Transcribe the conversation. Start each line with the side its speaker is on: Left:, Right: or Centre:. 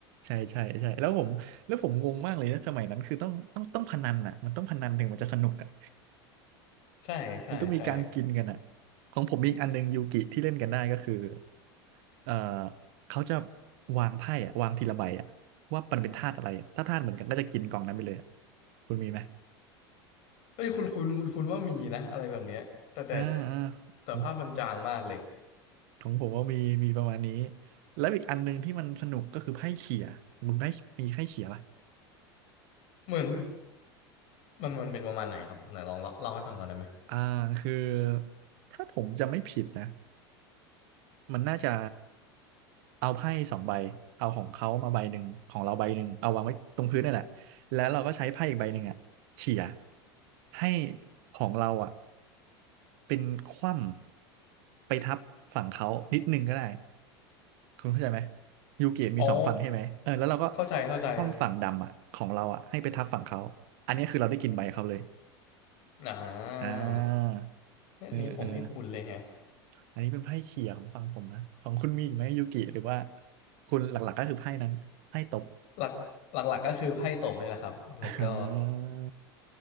Right: ใช่ใช่ใช่แล้วผมแล้วผมงงมากเลยนะสมัยนั้นคือต้องต้องต้องพนันอ่ะมันต้องพนันถึงมันจะสนุกอ่ะ
Left: ใช่ใช่ใช่
Right: มันต้องมีการกินกันอ่ะของผมมีอีกอันหนึ่งยูกิที่เล่นกันได้ก็คือเอ่อเขาจะวางไพ่อ่ะวางทีละใบอ่ะว่ามันเป็นธาตุอะไรอะถ้าธาตุเหมือนกันก็จะกินกล่องนั้นไปเลยอะคุณมีไหม
Left: เอ้ยคุณคุณคุณคุณว่ามีนะอะไรแบบเนี้ยแต่แต่
Right: อ่าอ่า
Left: แต่ภาพมันจางมากเลย
Right: ของของผมว่ามีมีประมาณนี้แล้วอีกอันหนึ่งที่มันสนุกก็คือไพ่เขี่ยคุณไพ่มีไพ่เขี่ยปะ
Left: เหมือนมันมันเป็นประมาณไหนครับไหนลองเล่าเล่าให้ฟังก่อนได้ไหม
Right: อ่าคือถ้าผมจำไม่ผิดนะ มันน่าจะเอาไพ่สองใบเอาของเขามาใบหนึ่งของเราใบหนึ่งเอาวางไว้ตรงพื้นนั่นแหละแล้วเราก็ใช้ไพ่อีกใบหนึ่งอ่ะเฉี่ยให้ของเราอ่ะเป็นคว่ำไปทับฝั่งเขานิดนึงก็ได้คุณเข้าใจไหมยูกิมีสองฝั่งใช่ไหมเออแล้วเราก็
Left: อ๋อเข้าใจเข้าใจ
Right: คว่ำฝั่งดำอ่ะของเราอ่ะให้ไปทับฝั่งเขาอันนี้คือเราได้กินใบเขาเลย
Left: อ่า
Right: อ่า
Left: เนี่ยนี้ผมให้คุณเลยแฮะ
Right: เออเออ อันนี้เป็นไพ่เขี่ยของฝั่งผมนะของคุณมีอีกไหมยูกิหรือว่าคุณหลักๆก็คือไพ่นั้นไพ่ตบ
Left: หลักหลักหลักก็คือไพ่ตบนี่แหละครับแล้วก็
Right: <laughs> อ่า